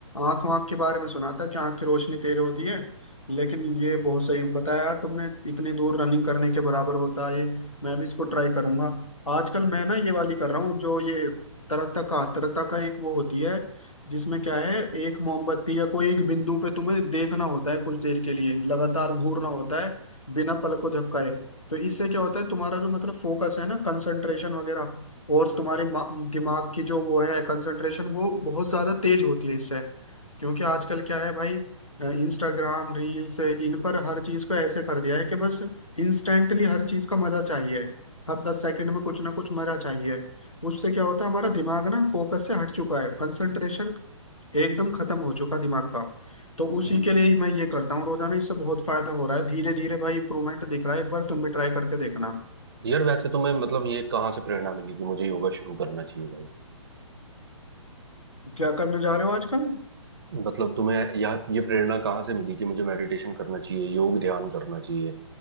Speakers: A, on the left; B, on the right.
A: आंख वाँख के बारे में सुना था कि आंख की रोशनी तेज होती है लेकिन ये बहुत सही बताया यार तुमने इतनी दूर रनिंग करने के बराबर होता है ये मैं भी इसको ट्राई करूंगा आजकल मैं ना ये वाली कर रहा हूँ जो ये तरता का तरता का एक वो होती है जिसमें क्या है एक मोमबत्ती या कोई एक बिंदु पे तुम्हें देखना होता है कुछ देर के लिए लगातार घूरना होता है बिना पलक को झपकाए तो इससे क्या होता है तुम्हारा जो मतलब फोकस है ना कंसंट्रेशन वगैरह और तुम्हारे मा- दिमाग की जो वो है कंसंट्रेशन वो बहुत ज्यादा तेज होती है इससे क्योंकि आजकल क्या है भाई इंस्टाग्राम रील्स इन पर हर चीज को ऐसे कर दिया है कि बस इंस्टेंटली हर चीज का मजा चाहिए हर दस सेकंड में कुछ ना कुछ मजा चाहिए उससे क्या होता है हमारा दिमाग ना फोकस से हट चुका है कंसंट्रेशन एकदम खत्म हो चुका दिमाग का तो उसी
B: हम्म।
A: के लिए ही मैं ये करता हूँ रोजाना इससे बहुत फायदा हो रहा है धीरे धीरे भाई इंप्रूवमेंट दिख रहा है एक बार तुम भी ट्राई करके देखना
B: यार वैसे तुम्हें मतलब ये कहाँ से प्रेरणा मिली कि मुझे योगा शुरू करना चाहिए भाई
A: क्या करने जा रहे हो आजकल
B: मतलब तुम्हें या ये प्रेरणा कहाँ से मिली कि मुझे मेडिटेशन करना चाहिए योग ध्यान करना चाहिए